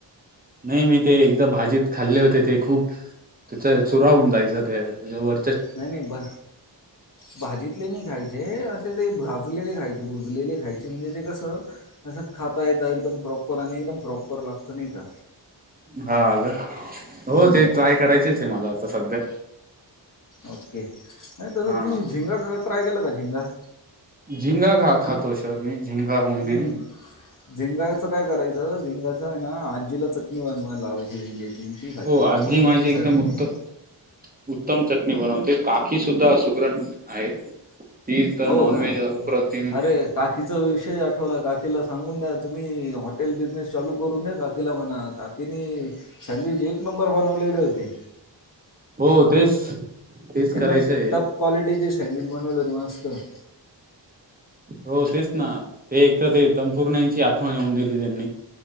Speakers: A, on the right; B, on the left.
A: नाही मी ते एकदा भाजीत खाल्ले होते ते खूप त्याचा चुरा होऊन जाय व
B: नाही नाही बा भाजीतले नाही खायचे असे ते भाजलेले खायचे भुजलेले खायचे म्हणजे ते कस खाता येता एकदम प्रॉपर आणि एकदम प्रॉपर लागत नाही का अ
A: हा ग हो
B: हम्म
A: ते ट्राय करायचेच आहे मला आता सध्या
B: ओके नाही तसं
A: हा
B: तुम्ही झिंगा ख ट्राय केला का झिंगा
A: झिंगा घा खातो शर मी झिंगा बोंबील
B: हम्म झेंगाळ्याचं काय करायचं झेंगाचं आहे ना आजीला चटणी बन वायला लावायची झिंग्याची ती खायची
A: हो आजी
B: पापड
A: माझी
B: चटणी
A: एकदम
B: सारखी.
A: उत्तम उत्तम चटणी बनवते काकी सुद्धा सुकरण आहे. ती तर
B: होय
A: नॉनव्हेज अप्रतिम
B: अरे काकीचा विषय आठवला काकीला सांगून दया तुम्ही हॉटेल बिझनेस चालू करून दया काकीला म्हणा काकीनी सँडविच एक नं नंबर बनवलेले होते.
A: हो तेच तेच करायचं
B: एकदम
A: आहे
B: टप क्वालिटीचे सँडविच बनवेल होते मस्त.
A: हो तेच ना ते एक तर ते तंपूर नाईची आठवण येऊन दिली त्यांनी